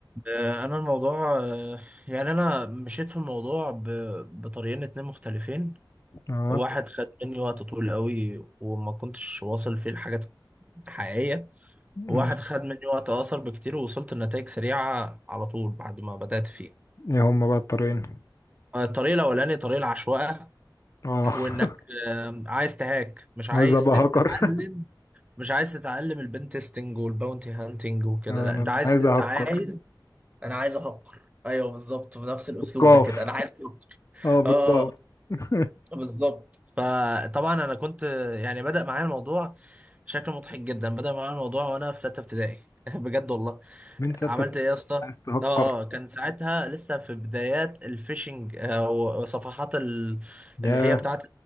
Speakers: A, on the right (about 20°); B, on the left (about 40°).
A: آه، انا الموضوع آه، يعني انا مشيت في الموضوع ب- بطريقين اتنين مختلفين
B: اه
A: واحد خد مني وقت طويل قوي وما كنتش واصل فيه لحاجات حقيقيه
B: ماشي
A: وواحد خد مني وقت اقصر بكتير ووصلت لنتائج سريعه على طول بعد ما بدات فيه
B: ايه هما بقى الطريقين
A: الطريق الاولاني طريق العشوائيه
B: اه <laughs>
A: وانك آم، عايز تهاك مش عايز
B: عايز ابقى
A: تتعلم
B: هاكر
A: مش عايز تتعلم البن تيستنج والباونتي هانتنج وكده
B: آه،
A: لا
B: انا
A: انت
B: أنا
A: عايز
B: عايز
A: انت
B: اهكر
A: عايز انا عايز احقر ايوه بالظبط بنفس الاسلوب
B: بالقاف
A: ده كده انا عايز احقر
B: اه بالقاف
A: اه
B: <laughs>
A: بالظبط فطبعا انا كنت يعني بدأ معايا الموضوع شكل مضحك جدا بدأ معايا الموضوع وانا في سته ابتدائي <laughs> بجد والله
B: مين ستة
A: عملت ايه يا اسطى
B: عايز تهكر
A: اه آه، كان ساعتها لسه في بدايات الفيشنج او صفحات ال...
B: يا
A: اللي هي بتاعت